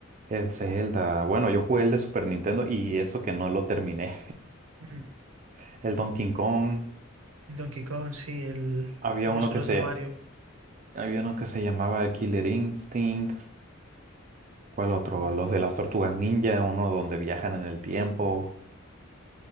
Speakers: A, on the right; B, on the right.
A: El Zelda, bueno, yo jugué el de Super Nintendo y eso que no lo terminé.
B: <laughs> ujú,
A: <laughs> El Donkey Kong.
B: el Donkey Kong, sí, el
A: Había
B: luego
A: uno
B: son
A: que
B: los
A: se,
B: de Mario.
A: Había uno que se llamaba el Killer Instinct. ¿Cuál otro?
B: Mm.
A: Los de las tortugas ninja, uno donde viajan en el tiempo.